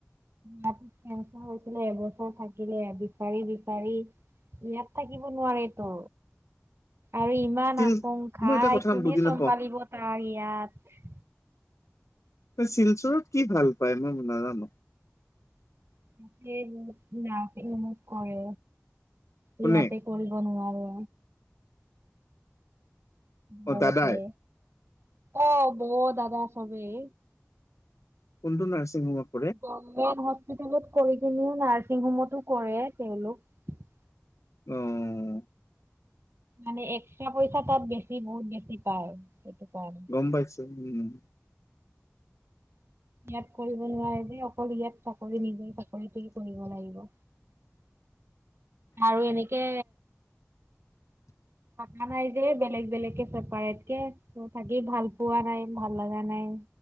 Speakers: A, on the right; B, on the left.
A: গুৱাহাটীত ট্ৰেন্সফাৰ হৈছিলে এবছৰ থাকিলে বিচাৰি বিচাৰি ইয়াত থাকিব নোৱাৰে ত আৰু ই মান
B: ষ্টিল
A: আপং খাই
B: মই এটা কথা
A: কোনে
B: বুজি
A: চম্ভালিব
B: নাপাওঁ
A: তাই ইয়াত
B: এ শিলচৰত কি ভাল পাই মই নাজানো
A: <unintelligible> ই মোক কয়
B: কোনে
A: ইয়াতে কৰিব নোৱাৰে
B: অ
A: লগতে
B: দাদাই
A: অ বৌ দাদা চবেই
B: কোনটো নাৰ্চিং ৰুমত?
A: গভৰ্ণমেন্ট হস্পিতালত কিনেও নাৰ্ছিং ৰুমতো কৰে তেওঁলোক।
B: অঁ।
A: মানে এক্সট্ৰা পইচা তাত বেছি বহুত বেছি পায় সেইটো কাৰণে <inaudible>
B: গম পাইছো, উম।
A: ইয়াত কৰিব নোৱাৰে যে অকল ইয়াত চাকৰি নিজৰ চাকৰিটোই কৰিব লাগিব। আৰু এনেকে
B: <unintelligible>
A: থকা নাই যে, বেলেগ- বেলেগকে চেপাৰেট কে। ত' থাকি ভাল পোৱা নাই ভাল লগা নাই।